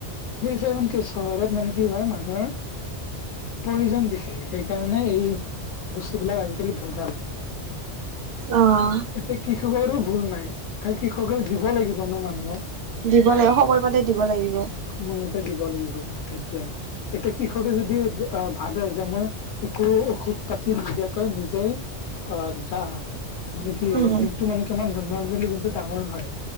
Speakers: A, on the left; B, on the right.
A: সেই হৈছে মানে কি চহৰত মানে কি হয় মানুহৰ প্ৰয়োজন বেছি সেইকাৰণে এই বস্তুবিলাক আজিকালি ভেজাল।
B: অহ।
A: এতিয়া কৃষকৰো ভুল নাই, কাৰ কৃষকে দিব লাগিব ন মানুহক।
B: দিব লাগিব সময়মতে দিব লাগিব।
A: সময়মতে দিব লাগিব সেইটোয়ে, এতিয়া কৃষকে যদি আঁ ভাবে যে মই একো ঔষধ পাতি নিদিয়াকৈ নিজেই অ দা মানে কি
B: উম
A: যোনটো মানে কি নৰ্মেলি যোনটো ডাঙৰ হয়